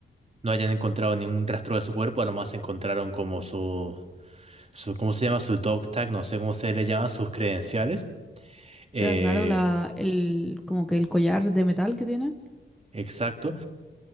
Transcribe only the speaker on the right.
no hayan encontrado ningún rastro de su cuerpo, a lo más encontraron como su, su, ¿cómo se llama? Su dog tag, no sé cómo se le llaman, sus credenciales. Eh,
exacto.